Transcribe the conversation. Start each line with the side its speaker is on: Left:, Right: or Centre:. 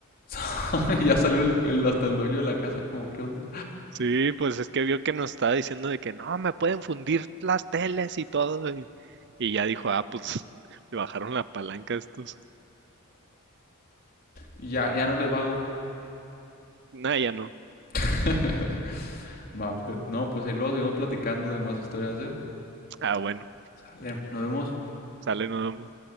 Left: <laughs> Y ya salió el, el- hasta el dueño de la casa, como, ¿qué onda?
Right: sí, pues es que vio que nos estaba diciendo de que no, me pueden fundir las teles y todo. Y, y ya dijo, ah, pues <laughs> le bajaron la palanca a estos.
Left: Y ya, ya no les vago.
Right: Nah, ya no.
Left: <laughs> Va, pues, no, pues ahí luego seguimos platicando de más historias, ¿eh?
Right: Ah, bueno,
Left: Sale, nos vemos.
Right: sale nomás.